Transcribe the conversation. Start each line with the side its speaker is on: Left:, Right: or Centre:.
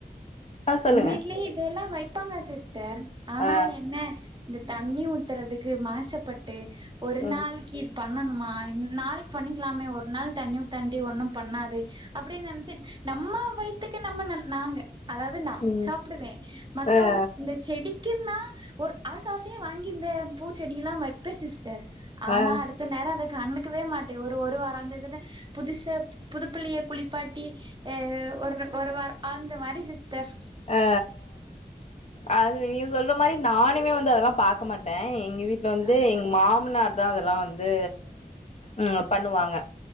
Left: ஆ சொல்லுங்க
Right: எங்க வீட்லயு இதெல்லா வைப்பாங்க சிஸ் டர் ஆனா
Left: ஆ
Right: என்ன இந்த தண்ணி ஊத்துறதுக்கு மாச்சப்பட் ட்டு ஒரு
Left: ம்
Right: நாளைக்கி இது பண்ணணுமா இன் நாளைக்கி பண்ணிக்கலாமே ஒரு நாள் தண்ணி ஊத்தாண்டி ஒண்ணும் பண்ணாது அப்டின்னு நெனச்சுட் நம்ம வயித்துக்கு நம்ம நல் நாங்க அதாவது நா
Left: ம்
Right: சாப்டுவே மத்தவங்
Left: ஆ
Right: இந்த செடிக் கின்னா ஒரு ஆச ஆசயா வாங்கி இந்த பூச்செடியில்லா வப்பே சிஸ்டர் ஆனா
Left: ஆ
Right: அடுத்த நேரோ அத கண்டுக்கவே மாட்டே ஒரு ஒரு வாரந்ததுன்னா புதுசா புதுப்புள்ளிய குளிப்பாட்டி ஏ ஒரு ஒருவாரோ அந்த மாரி சிஸ்டர்
Left: அ அது நீங்க சொல்ற மாரி நானுமே வந்து அதெல்லா பாக்க மாட்டே எங்க வீட்டுல வந்து
Right: ஆ
Left: எங்க மாமனார் தா அதல்லா வந்து ம் பண்ணுவாங்க